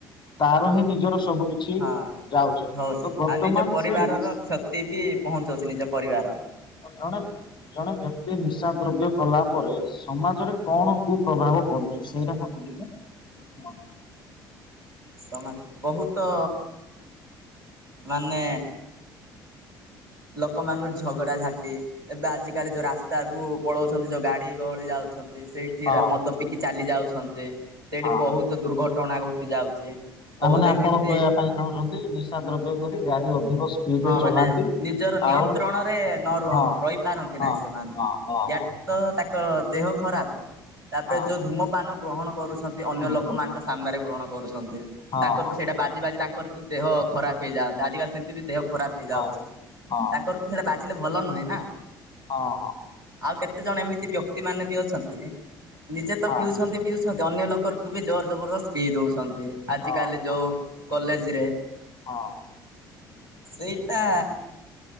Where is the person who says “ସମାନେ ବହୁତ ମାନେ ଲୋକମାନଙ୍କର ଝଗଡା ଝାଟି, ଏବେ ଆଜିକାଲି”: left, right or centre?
Right